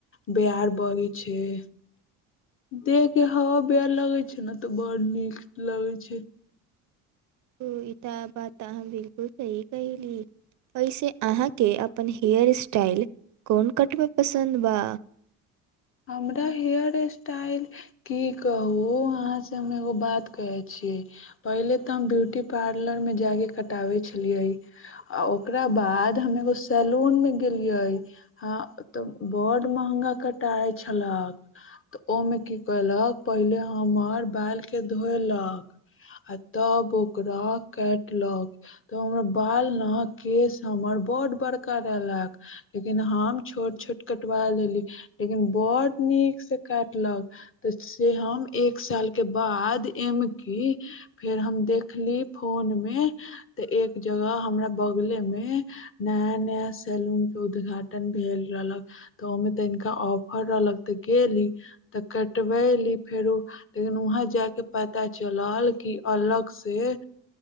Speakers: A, on the left (about 35°); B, on the right (about 50°).
A: ब्यार बारय छैय देखह के हवा ब्यर लगै छैय ने तऽ बड़ नीक लगै छैय।
B: ओ इ त बात अहाँ बिलकुल सही कहहि ली एहिैस अहाँके अपन हेयर स्टाइल कोन कट मे पसन्द बा
A: हमरा हेयर स्टाइल की कहू अहाँसँ हम एगो बात कहै छियै पहिले तऽ हम ब्यूटी पार्लरमे जाकऽ कटाबैत छलियै आ ओकरा बाद हम एगो सैलूनमे गेलियै हँ तऽ बड्ड़ महगा क कटाइ छलक तऽ ओहिमे की कलक पहिले हमर बालके धोलक आ तब ओकरा काटलक तऽ हमर बाल ने केश हमर ब्ड बड़का रहलक लेकिन हम छोट छोट कटवा लेली लेकिन बड नीक से काटलक तऽ से हम एक साल के बाद एमकी फेर हम देखली फोन मे ते एक जगह हमरा बगले में नया नया सैलून के उद्घाटन भेल रहलक तऽ ओमे त ा ऑफर रहलक ते गेली तऽ कटबेली फेरो लेकिन वहां जाय के पता चलल क अलग से